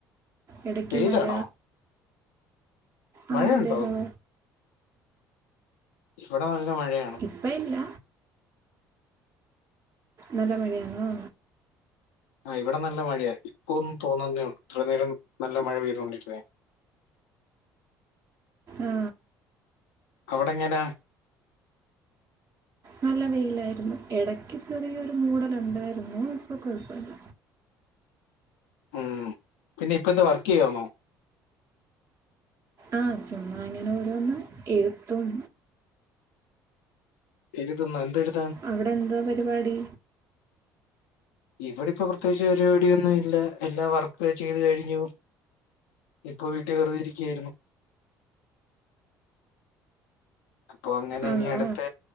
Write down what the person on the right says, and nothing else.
ഇടക്ക്
മഴ
ആഹ് അതെലോ.
ഇപ്പ ഇല്ല നല്ല മഴയാന്നോ?
ആ
നല്ല വെയിലായിരുന്നു ഇടക്ക് ചെറിയൊരു മൂടല്ണ്ടായിരുന്നു ഇപ്പോ കൊഴപ്പല്ല.
ആഹ് ചുമ്മാ ഇങ്ങനെ ഓരോന്ന് എഴുത്തും
അവിടെ എന്തോ പരിപാടി?
ആണോ